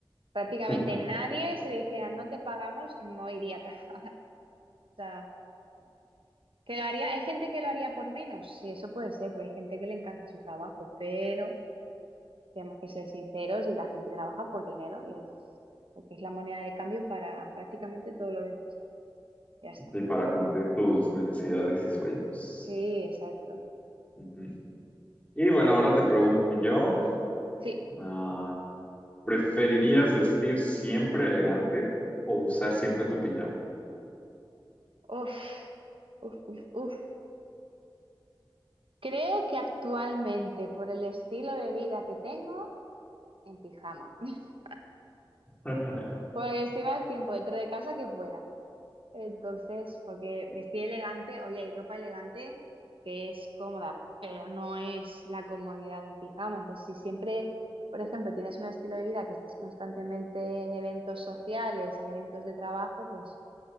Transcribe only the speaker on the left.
<laughs>
Y para cumplir tus necesidades y sueños.
Ujú. Y bueno,
ahora te pregunto yo,
ah, ¿Preferirías vestir siempre elegante o usar siempre tu pijama?
<laughs>